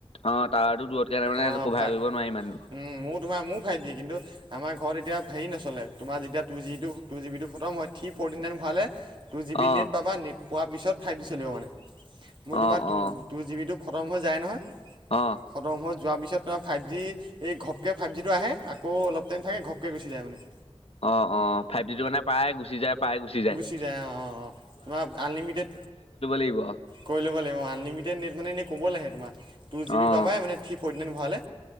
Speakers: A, on the left; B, on the right.
A: অ টাৱাৰটো দূৰত কাৰণে মানে
B: অ
A: কভাৰ
B: তাই
A: কৰিব নোৱাৰি ইমানটো
B: উম মোৰ তোমাৰ মোৰ ফাই দিয়ে কিন্তু আমাৰ ঘৰত এতিয়া হেৰি নচলে তোমাৰ যেতিয়া টু জিটো টু জি বিটো খম হয় থ্ৰী ফ'ৰ্টি নাইন ভাললে টু জিব বি
A: অ
B: নেট পাবা নেট পোৱাৰ পিছত ফাইভ জি চলিব মানে মোৰ
A: অ
B: তোমাৰ
A: অ
B: টু জি বি োক খতম হৈ যায় নহয়
A: অ
B: খতম হৈ যোৱাৰ পিছত তোমাৰ ফাইভ জি এই ঘপকৈ ফাইভ জিটো আহে আকৌ অলপ টাইম থাকে ঘপকৈ গুচি যায় মানে
A: অ অ ফাইভ জিটো মানে প্ৰায় গুচি যায় প্ৰায় গুচি যায়
B: অ অ অ তোমাৰ আনলিমিটেড
A: দিব
B: কৰি ল'ব লাগিব আলিমিটেড নেট মানে এই ক'বলৈ আহে তমাৰ টু জি জিবি
A: অ',
B: পাবাই মানে থ্ৰী ফ'ৰ্টি নাইন ভৰাাললে